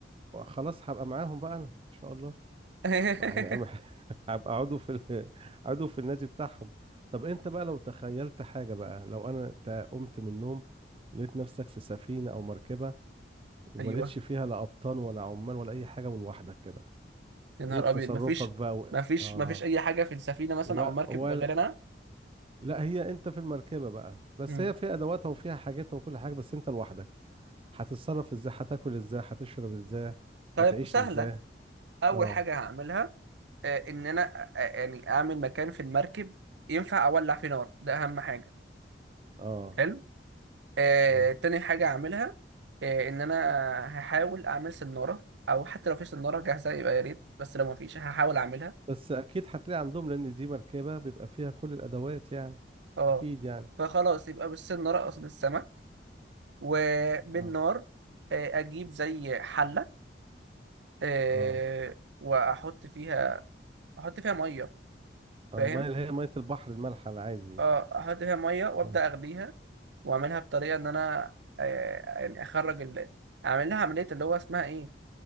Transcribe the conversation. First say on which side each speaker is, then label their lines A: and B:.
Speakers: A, on the right; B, on the right.
A: خلاص هبقى معاهم بقى انا ان شاء الله
B: <laughs>
A: ما هن- <laughs> هبقى عضو في ال- عضو في النادي بتاعهم طب انت بقى لو تخيلت حاجة بقى لو انا تا- قمت من النوم لقيت نفسك في سفينة او مركبة وما
B: أيوه
A: لقيتش فيها لا قبطان ولا عمال ولا اي حاجه ولوحدك كده
B: يا
A: ايه
B: نهار
A: تصرفك
B: أبيض مفيش
A: بقى و...
B: مفيش
A: اه
B: مفيش أي حاجة في السفينة مثلا
A: و...
B: أو المركب
A: ولا
B: غير أنا
A: لا هي انت في المركبه بقى بس
B: مم.
A: هي فيها ادواتها وفيها حاجاتها وكل حاجه بس انت لوحدك هتتصرف ازاي هتاكل ازاي هتشرب ازاي
B: طيب
A: هتعيش
B: سهلة
A: ازاي
B: أول
A: اه
B: حاجة هعملها آه، إن أنا آه، آه، يعني أعمل مكان في المركب ينفع أولع فيه نار ده أهم حاجة
A: اه
B: حلو آه،
A: اه
B: تاني حاجة أعملها آه، إن أنا هحاول أعمل سنارة أو حتى لو في سنارة جاهزة يبقى يا ريت بس لو مفيش هحاول أعملها
A: بس اكيد هتلاقي عندهم لان دي مركبه بيبقى فيها كل الادوات يعني
B: اه
A: اكيد يعني
B: فخلاص يبقى بالسمنة رقص السمك وبالنار
A: اه
B: آه، اجيب زي حلة آه،
A: اه,
B: واحط فيها احط فيها مية
A: آه
B: فاهم
A: الميه اللي هي ميه البحر المالحه العادي
B: اه احط فيها مية وابدأ
A: اه
B: اغليها واعملها بطريقة ان انا آه، يعني اخرج ال... اعمل لها عملية اللي هو اسمها ايه